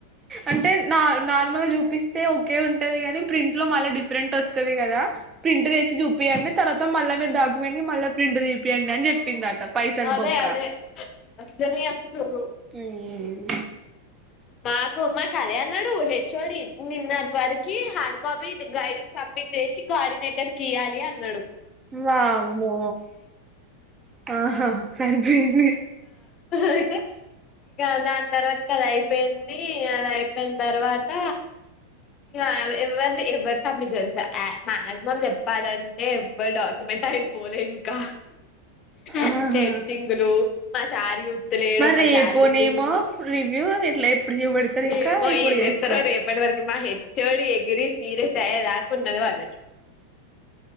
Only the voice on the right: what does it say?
అంటే నార్ నార్ ర్మల్ గ చూపిస్తే ఒకే ఉంటది గని ప్రింట్ లో మళ్ళి డిఫరెంట్ వస్తది గదా ప్రింట్ తెచ్చి చూపియండి తర్వాత మళ్ళ మీరు డాక్యుమెంట్ కి మళ్ళ ప్రింట్ తీపియండి అని చెప్పిందట పైసలు
బొక్క
ఉమ్
వామ్మో ఆహా సరిపోయింది
ఆహా
మరి
పోనేమో
రివ్యూ ఇట్లా ఎప్పుడు చూపెడతారు ఇంకా
ఇప్పుడు
చేస్తారు